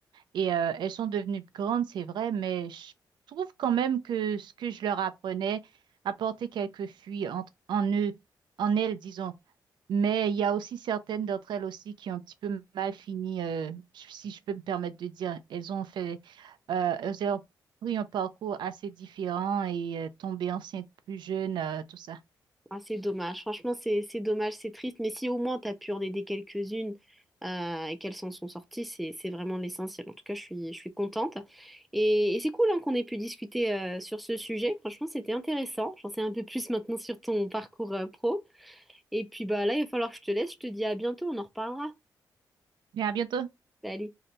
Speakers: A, on the right; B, in the centre.
A: Et euh, elles sont devenues grandes, c'est vrai, mais je trouve quand même que ce que je leur apprenais, apporter quelques fuites entre, en eux, en elles, disons. Mais il y a aussi certaines d'entre elles aussi qui ont un petit peu mal fini, euh, si je peux me permettre de dire. Elles ont fait, euh, elles ont pris un parcours assez différent et euh, tombé enceinte plus jeune, euh, tout ça.
B: Ah, c'est dommage. Franchement, c'est c'est dommage, c'est triste. Mais si au moins tu as pu en aider quelques-unes euh, et qu'elles s'en sont sorties, c'est c'est vraiment l'essentiel. En tout cas, je suis, je suis contente. Et, et c'est cool hein, qu'on ait pu discuter euh, sur ce sujet. Franchement, c'était intéressant. J'en sais un peu plus maintenant sur ton parcours euh, pro. Et puis bah là, il va falloir que je te laisse. Je te dis à bientôt. On en reparlera.
A: Bien, à bientôt.
B: Allez.